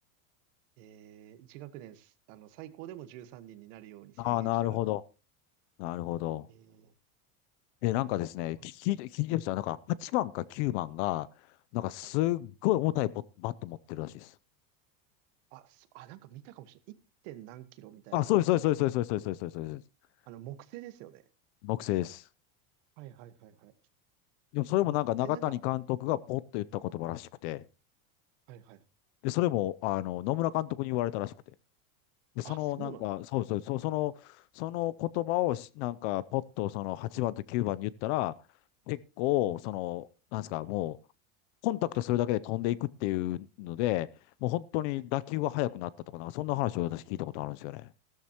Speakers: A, on the right; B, on the left.
A: えー、1学年す、あの、最高でも13人にんになるように制限してるらし
B: ああ、なるほど。なるほど。
A: い。えー、す
B: え、なんかですね、
A: ごい
B: 聞いて、聞いてる人は、なんか8番か9番が、なんかすっごい重たいボバット持ってるらしいです。
A: はい。あ、そ、あ、なんか見たかもしれない。1. 点何キロみたいな。
B: あ、そうです、そうです、そうです、そうです、そうです、そうです、そうです。そう
A: あの、木製ですよね。
B: 木製です。
A: はいはいはいはい。
B: でもそれもなんか中谷監督がポッと言った言葉らしくて、
A: 何キロえ、なんか、はいはい。
B: で、それも、あの、野村監督に言われたらしくて、で、
A: あ、
B: そのなんか、
A: そうなんです。
B: そうそう、そう、その、その言葉をしなんか、ポッとその8番と9番に言ったら、結構、その、なんですか、もう、コンタクトするだけで飛んでいくっていうので、もう本当に打球が速くなったとか、
A: はい
B: なんかそんな話を私聞いたことあるんですよね。